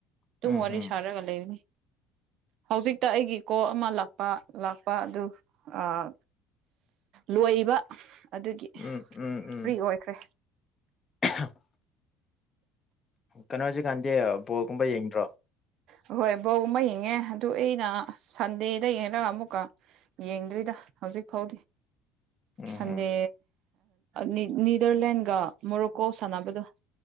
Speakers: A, on the right; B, on the left.
A: ꯇꯨꯝ
B: ꯎꯝ
A: ꯋꯥꯔꯤ
B: ꯎꯝ
A: ꯁꯥꯔꯒ ꯂꯩꯔꯅꯤ ꯍꯧꯖꯤꯛꯇ ꯑꯩꯒꯤ ꯀꯣꯜ ꯑꯃ ꯂꯥꯛꯄ ꯂꯥꯛꯄ ꯑꯗꯨ ꯑꯥ ꯂꯣꯏꯕ ꯑꯗꯨꯒꯤ
B: ꯎꯝ ꯎꯝ ꯎꯝ
A: ꯐ꯭ꯔꯤ ꯑꯣꯏꯈ꯭ꯔꯦ
B: <inaudible> ꯀꯅꯣꯖꯤ ꯀꯥꯟꯗꯤ ꯕꯣꯜꯒꯨꯝꯕ ꯌꯦꯡꯗ꯭ꯔꯣ
A: ꯍꯣꯏ ꯕꯣꯜ ꯃ ꯌꯦꯡꯉꯦ ꯑꯗꯨ ꯑꯩꯅ ꯁꯟꯗꯦꯗ ꯌꯦꯡꯉꯔꯒ ꯑꯃꯨꯛꯀ ꯌꯦꯡꯗ꯭ꯔꯤꯗ ꯍꯧꯖꯤꯛ ꯐꯥꯎꯗꯤ
B: ꯎꯝ
A: ꯁꯟꯗꯦ
B: ꯎꯝ
A: ꯅꯤ ꯅꯤꯗꯔꯂꯦꯟꯒ ꯃꯣꯔꯣꯀꯣ ꯁꯥꯟꯅꯕꯗꯣ